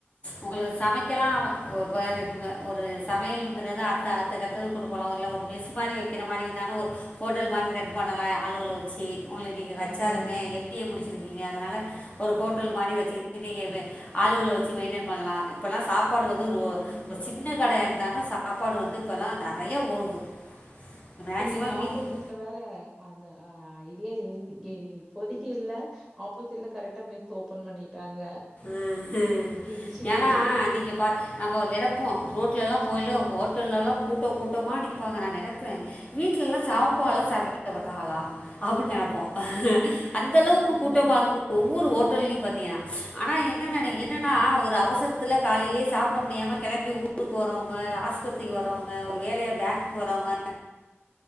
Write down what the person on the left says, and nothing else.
உங்களுக்கு சமைக்கல்லா ஒரு ஒரு சமையலுங்கறத அத்த அடுத்த க ட்டத்துக்கு கொண்டுபோலா இல்ல ஒரு மெஸ் மாரி வெக்கிற மாரி இருந்தாலு ஒரு ஹோட்டல் மாரி ரன் பணலா ஆளுவள வெ வெச்சு ஒங்களுக்கு நீங்க
வெச்சாருமே எம் பி ஏ முடிச்சிருக்கீங்க அதனால ஒரு ஹோட்டல் மாரி வெச்சு நீங்க ஆளுவள வெச்சு மெயின்டெய்ன் பண்லா இப்பல்லா சாப்பாடு
வந்து இப்ப
சின்ன கடையா இருந்தாலு சாப்பாடு வந்து இப்பல்லா நெறையா ஓடுது மேக்ஸிமம்
வீட்டுக்கு
ம் ஹ்ம்
ஏனா
நீங்க பா நம்ம ஒரு நெடப்போ ரோட்ல்லா போய்ல ஹோட்டல்லல்லா கூட்டோ கூட்டமா நிப்பாங்க நா நெனப்பே வீட்ல எல்லா சாப்பால்லா சமைக்கிற மாட்டாங்லா அப்டின்னு நெனைப்போ அந்த அளவுக்கு
கூட்டம இருக்கு ஒவ்வொரு ஹோட்டல்லயும் பாத்தீனா ஆனா என்னனா
என்னனா ஒரு அவசரத்துல காலைலயே சாப்பிட முடியாம கெளம்பி ஊ ருக்கு போறவங்க ஆஸ்பத்திரிக்கு
வர்றவங்க ஒரு வேலையா பேங்குக்கு போறவங்க